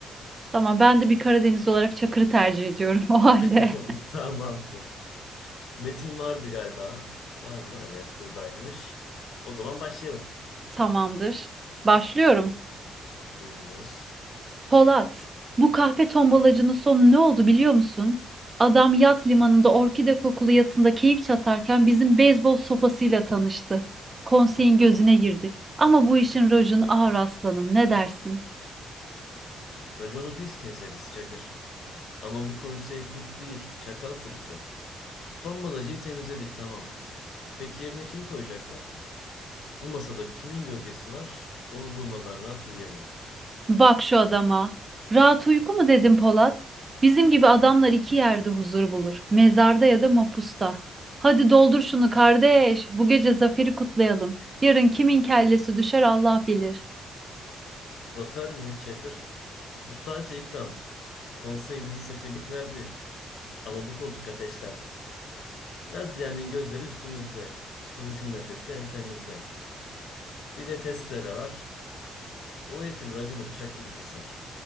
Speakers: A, on the right (about 35°); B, on the left (about 70°).
A: Tamam, ben de bir Karadeniz olarak Çakır'ı tercih ediyorum <laughs> o halde.
B: <laughs> Tamamdır. Metin vardı galiba. Var mı? Evet buradaymış. O zaman başlayalım.
A: Tamamdır. Başlıyorum.
B: Buyurunuz.
A: Polat, bu kahpe tombalacının sonu ne oldu biliyor musun? Adam yat limanında orkide kokulu yatında keyif çatarken bizim beyzbol sopasıyla tanıştı. Konseyin gözüne girdik. Ama bu işin rojunu ağır aslanım. Ne dersin?
B: Raconu biz keseriz Çakır. Ama bu konsey kurt değil, çakal sürüsü. Tombalacıyı temizledik tamam. Peki yerine kimi koyacaklar? Bu masada kimin gölgesi var? Onu bulmadan rahat uyuyamam.
A: Bak şu adama. Rahat uyku mu dedim Polat? Bizim gibi adamlar iki yerde huzur bulur. Mezarda ya da mapusta. Hadi doldur şunu kardeş. Bu gece zaferi kutlayalım. Yarın kimin kellesi düşer Allah bilir.
B: Zafer mi Çakır? Bu sadece ilk round. Konsey bizi sefirlik verdi. Ama bu koltuk ateşten. Lazia'nın gözleri üstümüzde. Kılıcın nefesi ensemizde. Bir de testere var. O herifin raconu bıçak gibi keser.